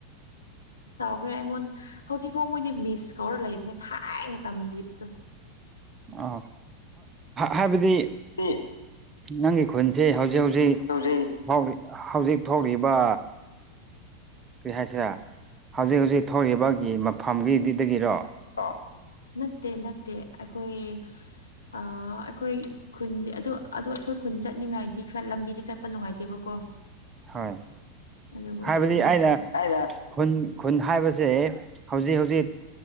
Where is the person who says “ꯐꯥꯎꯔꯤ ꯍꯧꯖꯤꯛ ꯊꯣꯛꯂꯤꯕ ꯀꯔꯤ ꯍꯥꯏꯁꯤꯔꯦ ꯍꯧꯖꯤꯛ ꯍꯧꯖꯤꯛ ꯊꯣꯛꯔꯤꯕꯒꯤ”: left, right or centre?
Right